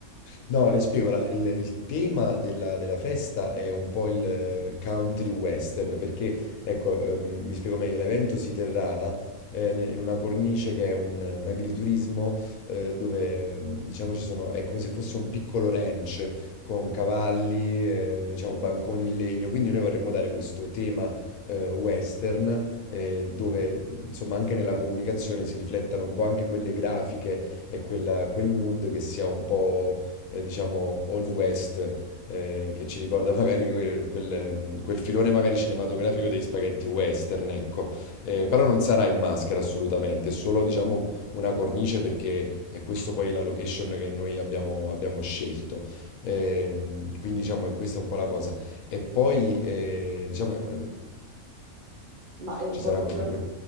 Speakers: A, on the left (about 75°); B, on the right (about 80°).
A: No, le spiego, la- il, il tema della, della festa è un po' il eh, country western, perché, ecco, ehm, mi spiego meglio, l'evento si terrà eh, ne- in una cornice che è un, un agriturismo eh, dove, ehm, diciamo, ci sono, è come se fosse un piccolo ranch con cavalli, eh, diciamo, banconi in legno, quindi noi vorremmo dare questo tema eh, western eh, dove, insomma, anche nella comunicazione si riflettano un po' anche quelle grafiche e quella- quel mood che sia un po' eh, diciamo, Old West, eh, che ci ricorda <laughs> magari quel, quel, mm, quel filone magari cinematografico dei spaghetti western, ecco. Eh, però non sarà in maschera assolutamente, è solo, diciamo, una cornice perché è questo poi la location che noi abbiamo, abbiamo scelto. Ehm, quindi, diciamo, è questa è un po' la cosa. E poi, eh, diciamo, eh,
B: Ma eh,
A: ci
B: boh,
A: sarà
B: quello,
A: comunque...